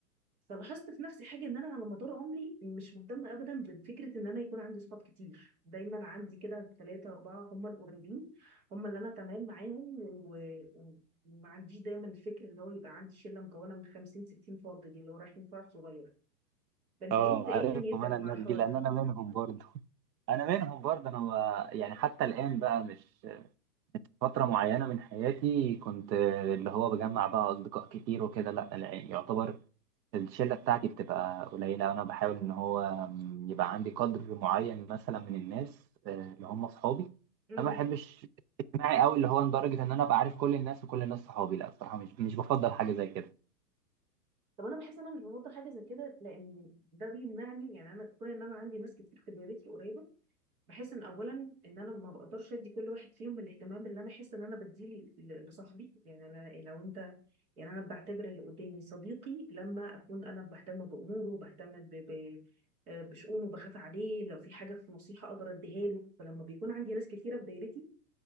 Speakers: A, on the right; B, on the right.
A: فلاحظت في نفسي حاجه ان انا على مدار عمري مش مهتمه ابدا بفكره ان انا يكون عندي صحاب كتير دايما عندي كده ثلاثه اربعه هم القريبين هم اللي انا تمام معاهم و... و- وما عنديش دايما الفكر اللي هو يبقى عندي شله مكونه من 50 60 فرد دي اللي هو رايحين فرح صغير فانت
B: اه
A: ايه انت ايه
B: عارفهم
A: دنيتك
B: انا الناس
A: مع الحوار
B: دي لان
A: ده
B: انا منهم برضه <laughs> انا منهم برضه انا ب- يعني حتى الان بقى مش فتره معينه من حياتي كنت اللي هو بجمع بقى اصدقاء كتير وكده لا لا، يعني يعتبر الشله بتاعتي بتبقى قليله انا بحاول ان هو يبقى عندي قدر معين مثلا من الناس آه، اللي هم اصحابي
A: امم
B: انا ما بحبش اجتماعي قوي اللي هو لدرجه ان انا ابقى عارف كل الناس وكل الناس صحابي لا الصراحه مش مش بفضل حاجه زي كده
A: طب انا بحس ان انا مش بفضل حاجه زي كده لان ده بيمنعني يعني انا كون ان انا عندي ناس كتير في دايرتي قريبه بحس ان اولا ان انا ما بقدرش ادي كل واحد فيهم الاهتمام اللي انا احس ان انا بديه ل- لصاحبي يعني انا لو انت يعني انا بعتبر اللي قدامي صديقي لما اكون انا بهتم باموره بهتم ب... ب... آه، بشؤونه بخاف عليه لو في حاجه في نصيحه اقدر اديها له فلما بيكون عندي ناس كتيره في دايرتي